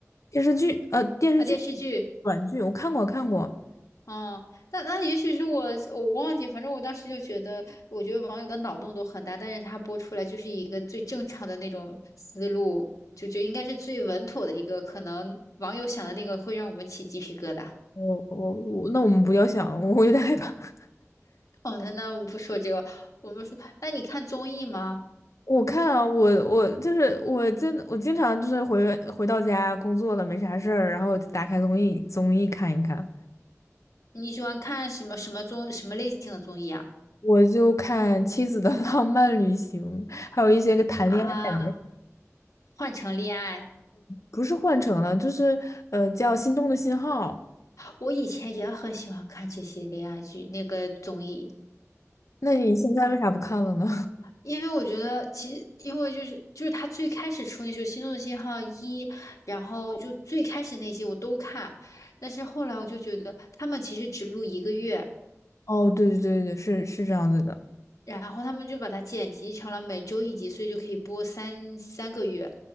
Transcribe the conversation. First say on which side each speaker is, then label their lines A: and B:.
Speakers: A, on the left; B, on the left.
A: 电视剧呃电视剧
B: 啊，电视剧？
A: 短剧我看过看过，
B: 嗯，那那也许是我我忘记，反正我当时就觉得，我觉得网友的脑洞都很大，但是他播出来就是一个最正常的那种思路，就就应该是最稳妥的一个，可能网友想的那个会让我们起鸡皮疙瘩。
A: 我我我那我们不要想，我有点害怕。<laughs>
B: 哦，那那我们不说这个，我们说，那你看综艺吗？
A: 我看啊，我我就是我真我经常就是回回到家工作了没啥事儿，然后打开综艺综艺看一看。
B: 你喜欢看什么什么综什么类型的综艺啊？
A: 我就看《妻子的 <laughs> 浪漫旅行》，还有一些个谈恋爱的
B: 啊，换成恋爱，
A: 不是换成了，就是呃叫《心动的信号》。
B: 我以前也很喜欢看这些恋爱剧那个综艺，
A: 那你现在为啥不看了呢？
B: 因为我觉得其实因为就是就是他最开始出那时候《心动信号一》，然后就最开始那些我都看，但是后来我就觉得他们其实只录一个月。
A: <laughs> 哦，对对对对，是是这样子的，
B: 然后他们就把它剪辑成了每周一集，所以就可以播三三个月。